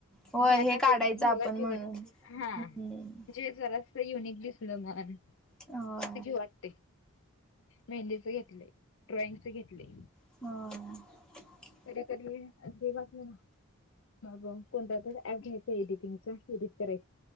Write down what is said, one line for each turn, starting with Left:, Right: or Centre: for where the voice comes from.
Centre: होय
Left: जे आता
Centre: हे काढायचं
Left: बघी भगत
Centre: आपण
Left: बघत
Centre: म्हणून
Left: हा
Centre: हम्म
Left: ज सरस यूनिकलीसलमान
Centre: हो
Left: वाट मेहंदी घेत ड्रॉइंग घेतले
Centre: हो
Left: त्याकरी बातले ना मग कोणता तर ऍप घ्यायचा एडिटिंगचा एडिट कराय